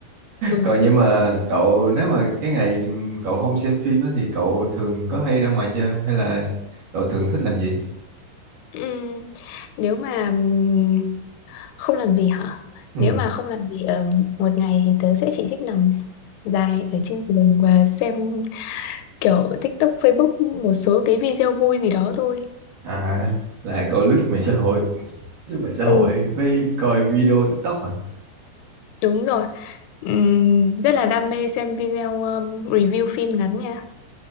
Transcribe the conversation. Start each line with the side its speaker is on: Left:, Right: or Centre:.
Left: Ừ.
Right: Còn nhưng mà cậu nếu mà cái ngày cậu không xem phim á thì cậu thường có hay ra ngoài chơi không hay là cậu thường thích làm gì?
Left: Ừm, nếu mà ừm, không làm gì hả?
Right: Ừ.
Left: Nếu mà không làm gì ở một ngày thì tớ sẽ chỉ thích nằm dài ở trên giường và xem kiểu TikTok, Facebook một số cái video vui gì đó thôi.
Right: À, là cậu lướt mạng xã hội, lướt mạng xã hội
Left: Ừ,
Right: với coi video TikTok hả?
Left: đúng rồi. Ừm, rất là đam mê xem video um, review phim ngắn nha.